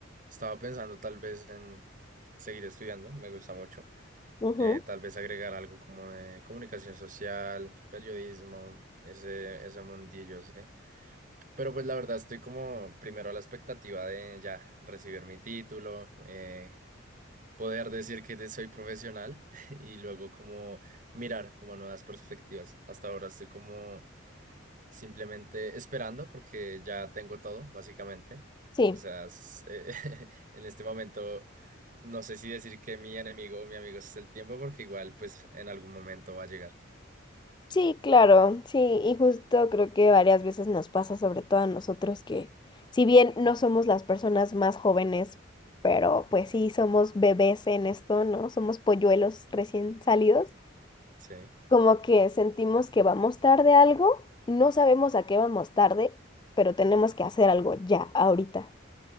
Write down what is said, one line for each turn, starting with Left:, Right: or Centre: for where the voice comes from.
Right: estaba pensando tal vez en seguir estudiando, me gusta mucho.
Left: Ujú,
Right: Eh, tal vez agregar algo como de comunicación social, periodismo, ese, ese mundillo, sí. Pero pues la verdad estoy como primero a la expectativa de ya recibir mi título, eh, poder decir que de- soy profesional <laughs> y luego como mirar como nuevas perspectivas. Hasta ahora estoy como Simplemente esperando porque ya tengo todo, básicamente.
Left: Sí.
Right: O sea, es- eh, <laughs> en este momento no sé si decir que mi enemigo o mi amigo es el tiempo porque igual pues en algún momento va a llegar.
Left: Sí, claro, sí, y justo creo que varias veces nos pasa, sobre todo a nosotros, que si bien no somos las personas más jóvenes, pero pues sí somos bebés en esto, ¿no? Somos polluelos recién salidos,
Right: Sí,
Left: como que sentimos que vamos tarde a algo, no sabemos a qué vamos tarde, pero tenemos que hacer algo ya, ahorita.